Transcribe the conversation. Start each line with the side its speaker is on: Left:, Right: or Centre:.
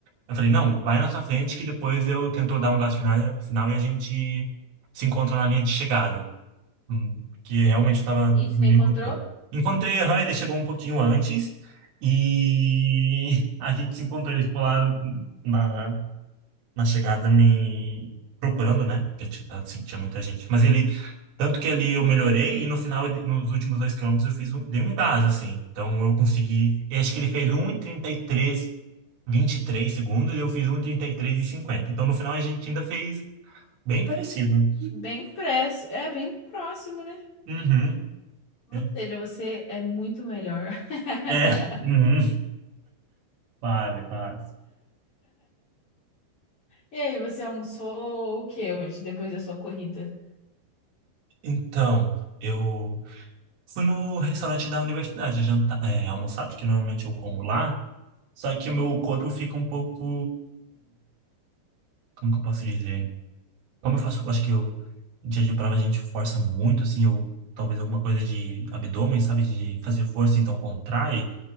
Right: Eu falei, não, vai na sua frente que depois eu tento dar um gás final, final e a gente se encontra na linha de chegada. Hum, que realmente eu tava
Left: E
Right: diminuindo
Left: você encontrou?
Right: um pouco. Encontrei aham, ele chegou um pouquinho antes e <laughs> a gente se encontrou, ele ficou lá na, na chegada me procurando, né? Porque ti- assim, tinha muita gente. Mas ele, tanto que ali eu melhorei e no final, ele- nos últimos dois quilômetros, eu fiz um, dei um gás, assim. Então eu consegui, eu acho que ele fez um e e trinta e três vinte e três segundos e eu fiz um e trinta e e três e cinquenta. Então no final a gente ainda fez bem parecido.
Left: Bem preço É bem próximo, né?
Right: Uhum.
Left: Ou
Right: É,
Left: seja, você é muito melhor. <laughs>
Right: é, uhum. Fale, fale.
Left: E aí, você almoçou o que hoje, depois da sua corrida?
Right: Então, eu fui no restaurante da universidade jantar, é, almoçar, porque normalmente eu como lá, só que o meu corpo fica um pouco, como que eu posso dizer? Como eu faço, acho que eu, em dia de prova a gente força muito, assim, eu, talvez alguma coisa de abdômen, sabe, de fazer força, então contrai,